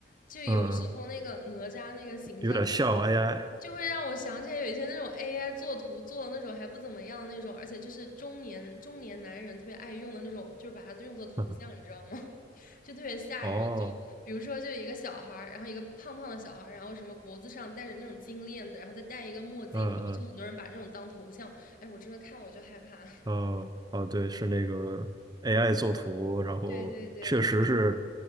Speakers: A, on the left; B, on the right.
A: 就有时候那个哪吒那个形象，
B: 嗯有点像 AI，
A: 就会让我想起来有一些那种 AI 做图做的那种还不怎么样的那种，而且就是中年中年男人特别爱用的那种，就是把它用作头像，
B: <laughs>
A: 你知道吗？<laughs> 就特别吓人。
B: 哦，
A: 就比如说，就一个小孩儿，然后一个胖胖的小孩儿，然后什么脖子上戴着那种金链子，然后再戴一个墨镜，
B: 嗯嗯
A: 然后就很多人把这种当头像。哎，我真的看了我就害怕。<laughs>
B: 哦哦，对，是那个 AI 作图，然后确实是
A: 对对对，